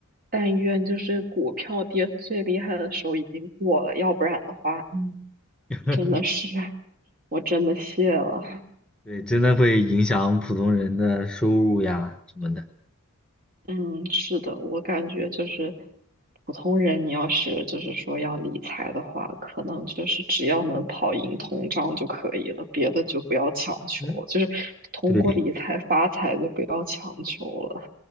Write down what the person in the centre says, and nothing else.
<laughs>
对，真的会影响普通人的收入呀什么的。
嗯，
对，